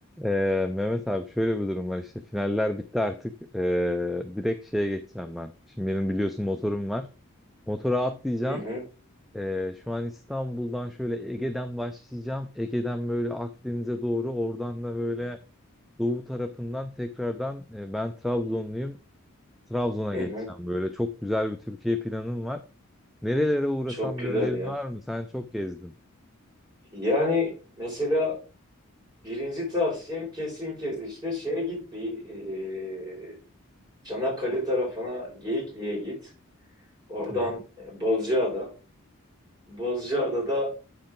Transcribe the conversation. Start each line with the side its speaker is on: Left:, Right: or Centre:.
Centre: Ee, Mehmet abi şöyle bir durum var işte finaller bitti artık Ee, direkt şeye geçeceğim ben. Şimdi benim biliyorsun motorum var. Motora atlayacağım.
Right: Hı hı,
Centre: Ee, şu an İstanbul'dan şöyle Ege'den başlayacağım. Ege'den böyle Akdeniz'e doğru oradan da böyle doğu tarafından tekrardan e, ben Trabzonluyum. Trabzon'a
Right: hı
Centre: geçeceğim
Right: hı.
Centre: böyle. Çok güzel bir Türkiye planım var. Nerelere uğrasam
Right: Çok güzel
Centre: bir önerin
Right: ya.
Centre: var mı? Sen çok gezdin.
Right: Yani mesela birinci tavsiyem kesin kez işte şeye git bir e, Çanakkale tarafına Geyikli'ye git. Oradan
Centre: Hı hı.
Right: e, Bozcaada. Bozcaada'da